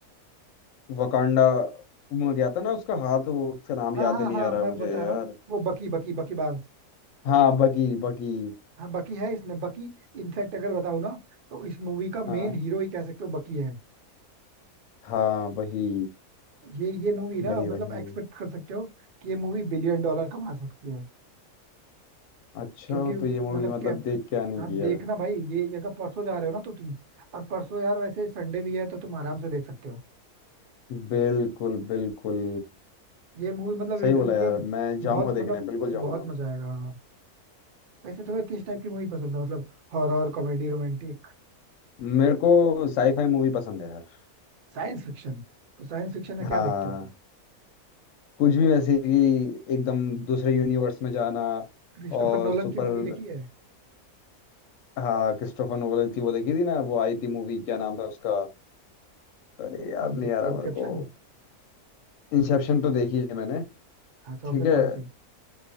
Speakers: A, on the left; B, on the right.
A: वकांडा में गया था ना उसका हाथ वो उसका नाम
B: हाँ
A: याद
B: हाँ
A: नहीं
B: हाँ
A: आ रहा
B: मैं
A: है मुझे
B: बता
A: यार
B: रहा हूँ वो बकी बकी बकी बांस
A: हाँ बकी बकी
B: हाँ बकी है इसमें बकी इनफैक्ट अगर बताऊँ ना तो इस मूवी का
A: हाँ
B: मेन हीरो ही कह सकते हो बकी है
A: हाँ वही
B: ये ये मूवी ना
A: वही
B: मतलब
A: वही
B: एक्सपेक्ट कर सकते हो कि ये मूवी बिलियन डॉलर कमा सकती है
A: अच्छा
B: क्योंकि मतलब
A: तो ये मूवी मतलब
B: कैप्टन
A: देख के आने
B: हाँ
A: की
B: देखना
A: है
B: भाई ये ये अगर परसों जा रहे हो ना तो तुम और परसों यार वैसे संडे भी है तो तुम आराम से देख सकते हो
A: बिल्कुल बिल्कुल
B: ये मूवी मतलब
A: सही
B: लिटरली
A: बोला यार
B: तुम्हें
A: मैं जाऊंगा
B: बहुत मतलब
A: देखने बिल्कुल जाऊंगा
B: बहुत मजा आएगा हाँ वैसे तुम्हें किस टाइप की मूवी पसंद है मतलब horror comedy romantic
A: मेरे को साईफाई मूवी पसंद है यार
B: Science fiction तो साइंस फिक्शन में
A: हाँ
B: क्या देखते हो तुम
A: कुछ भी वैसे कि एकदम दूसरे यूनिवर्स में जाना
B: क्रिस्टोफर
A: और
B: नोलन
A: सुपर
B: की मूवी देखी है
A: हाँ क्रिस्टोफर नोलन की वो देखी थी ना वो आई थी मूवी क्या नाम था उसका अरे याद
B: कौन
A: नहीं
B: सी
A: आ रहा
B: इंसेप्शन
A: मेरे को इंसेप्शन तो देखी है मैंने
B: हाँ तो
A: ठीक
B: फिर
A: है
B: कौन सी